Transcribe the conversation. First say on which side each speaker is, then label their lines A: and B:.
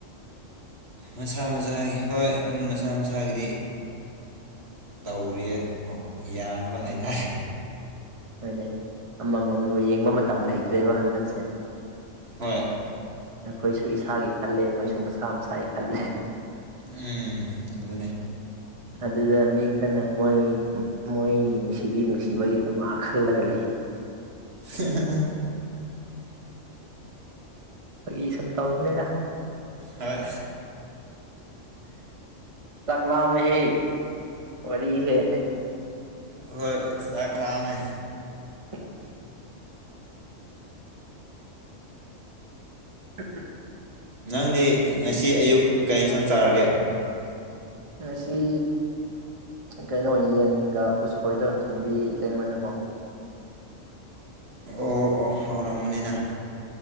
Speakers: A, on the right; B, on the right.
A: ꯃꯁꯥ ꯃꯁꯥꯒꯤ ꯍꯣꯏ ꯑꯗꯨꯝ ꯃꯁꯥ ꯃꯁꯥꯒꯤꯗꯤ ꯇꯧꯔꯤꯌꯦ ꯌꯥꯅꯕ ꯍꯥꯏꯇꯥꯔꯦ
B: ꯎꯝ ꯍꯣꯏꯅꯦ ꯑꯃꯃꯝ ꯌꯦꯡꯕ ꯃꯇꯝ ꯂꯩꯇ꯭ꯔꯦꯕ ꯍꯟꯗꯛꯁꯦ
A: ꯍꯣꯏ
B: ꯑꯩꯈꯣꯏꯁꯨ ꯏꯁꯥꯒꯤ ꯈꯜꯂꯦ ꯃꯣꯏꯁꯨ ꯃꯁꯥ ꯃꯁꯥꯒꯤ ꯈꯜꯂꯦ
A: ꯎꯝ ꯑꯗꯨꯅꯦ
B: ꯑꯗꯨꯗ ꯃꯤ ꯈꯔꯅ ꯃꯣꯏ ꯃꯣꯏ ꯅꯨꯡꯁꯤꯕꯤ ꯅꯨꯡꯁꯤꯕꯒꯤꯗꯃꯛ ꯈꯜꯂꯒ ꯂꯩꯌꯦ
A: ꯍꯨꯝ
B: ꯐꯥꯒꯤ ꯁꯨꯝ ꯇꯧꯕꯅꯦꯗ
A: ꯍꯣꯏ
B: ꯆꯥꯛꯂꯥꯝꯃꯦꯍꯦ ꯋꯥꯔꯤꯁꯦ
A: ꯍꯣꯏ ꯆꯥꯛ ꯂꯥꯝꯃꯦ
B: ꯎꯝ ꯎꯝ
A: ꯅꯪꯗꯤ ꯉꯁꯤ ꯑꯌꯨꯛ ꯀꯩ ꯏꯟꯁꯥꯡ ꯆꯥꯔꯒꯦ
B: ꯉꯁꯤ ꯀꯩꯅꯣ ꯌꯦꯟꯒ ꯎꯁꯣꯏꯗꯣ ꯊꯣꯡꯕꯤꯌꯦ ꯏꯇꯩꯃꯅꯀꯣ
A: ꯑꯣ ꯑꯣ ꯍꯥꯎꯔꯝꯒꯅꯤꯅ